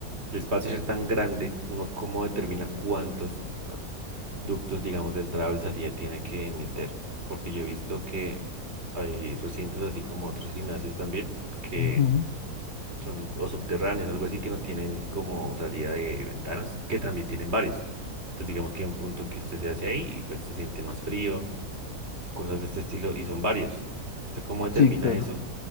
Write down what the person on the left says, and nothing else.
Ujú.
Sí, claro.